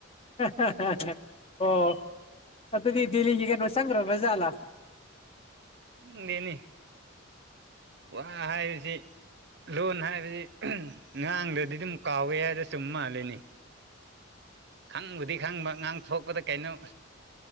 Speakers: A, on the left; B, on the right.
A: <unintelligible> ꯑꯣ ꯑꯗꯨꯗꯤ ꯗꯦꯂꯤꯒꯤ ꯀꯩꯅꯣ ꯆꯪꯒ꯭ꯔꯥꯕ ꯖꯥꯠꯂ
B: ꯈꯪꯗꯦꯅꯦ ꯋꯥ ꯍꯥꯏꯕꯁꯤ ꯂꯣꯟ ꯍꯥꯏꯕꯗꯤ ꯉꯥꯡꯗꯗꯤ ꯑꯗꯨꯝ ꯀꯥꯎꯋꯦ ꯍꯥꯏꯗꯨ ꯆꯨꯝ ꯃꯥꯜꯂꯤꯅꯦ ꯈꯪꯕꯨꯗꯤ ꯈꯪꯕ ꯉꯥꯡꯊꯣꯛꯄꯗ ꯀꯩꯅꯣ